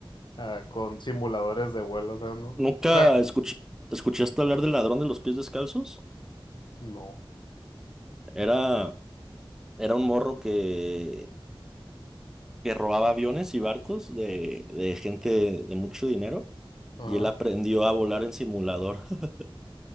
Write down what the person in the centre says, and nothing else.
¿Nunca
escuché, escuchaste hablar del ladrón de los pies descalzos?
Era, era un morro que, que robaba aviones y barcos de, de gente de, mucho dinero
y él aprendió a volar en simulador. <laughs>